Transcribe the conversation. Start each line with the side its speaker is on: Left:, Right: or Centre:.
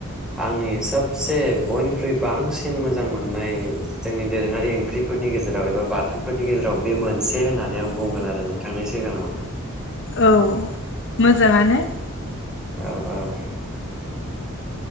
Centre: आंनि सबसे बयनिख्रुइ बांसिन मोजां मोननाय जोंनि दोरोङारि ओंख्रिफोरनि गेजेराव एबा बाथोनफोरनि गेजेराव बे मोनसे होननानै आं बुंगोन आरो नोंथांनि सिगांङाव ।
Left: औ मोजांङानो ।
Centre: औ औ